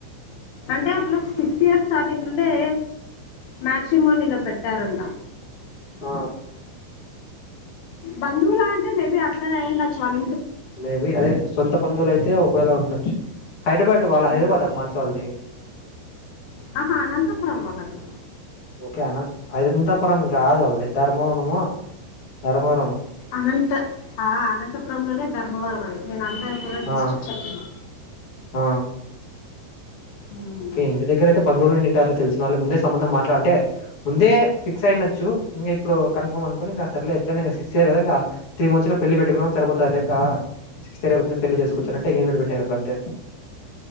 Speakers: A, on the left; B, on the left.
A: అంటే ఆ పిల్లకి సిక్స్టీ ఇయర్స్ స్టార్టింగ్ నుండే మాట్రీమోనిలో పెట్టారంట
B: ఆ
A: బంధువులా అంటే మేబీ అట్లనే అయి చాల
B: మేబి అదే సొంత బందులయితే తే ఒకవేళ ఉండొచ్చు హైదరాబాద్ వాళ్ళ
A: హ్మ్.
B: హైదరాబాదా మానస వాళ్ళది
A: ఆహా అనంతపురం వాల్లది
B: ఓకే అన ఐంతపురం కాదు వాళ్ళది ధర్మవరము ధర్మవరం
A: అనంత ఆ అనంతపురంలోనే ధర్మవరం అది నేను అ అత్తయపురర్ డిస్ట్రిక్ట్
B: ఆ
A: చెప్పను
B: ఆ
A: హ్మ్.
B: క ఇంటి దగ్గర అయితే బంధువులు ఉండింటర్లే తెలిసినోళ్లు ముందే సంబంధం మాట్లాడ అంటే ముందే ఫిక్స్ అయినచ్చు ఇంకా ఇప్పుడు కన్ఫర్మ్ అనుకుని ఇంక అసలే ఎట్లాక సిక్స్యర్ కదా ఇం త్రీ మంత్ లో పెళ్లి పెట్టుకువడం సరిపోతా ఇంకా సిక్స్యర్ అయిపోతే పెళ్లి చేసుకోవచ్చు
A: హ్మ్.
B: అన్నట్టు ఎంగేజ్మెంట్ పెట్టినారుప్పుడ అంతే